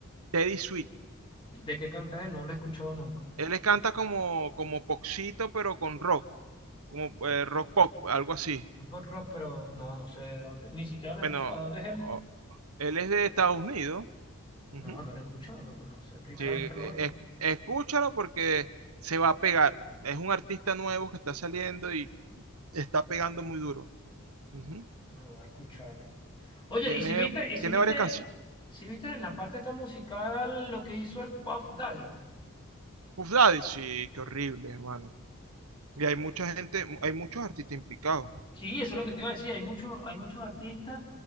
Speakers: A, on the right; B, on the left.
A: Teddy Sweet.
B: ¿De qué canta él? No lo he escuchado nunca.
A: Él le canta como, como popcito, pero con rock, como eh, rock pop, algo así.
B: Un pop rock, pero no, no sé de dónde. Ni siquiera lo he
A: Bueno,
B: escuchado. ¿De dónde es él?
A: o- él es de Estados Unidos. Ujú.
B: No, no lo he escuchado, loco, no sé. Primera
A: Sí,
B: vez que lo
A: e,
B: oigo.
A: es- escúchalo porque se va a pegar. Es un artista nuevo que está saliendo y está pegando muy duro. Ujú.
B: Me voy a escucharlo. Oye,
A: Tiene,
B: ¿y si viste, y si
A: tiene
B: viste,
A: varias canciones.
B: si viste en la parte esta musical lo que hizo el Puff Daddy?
A: Puff Daddy, sí, qué horrible, hermano. Y hay mucha gente, hay muchos artistas implicados.
B: Sí, eso es lo que te iba a decir. Hay muchos, hay muchos artistas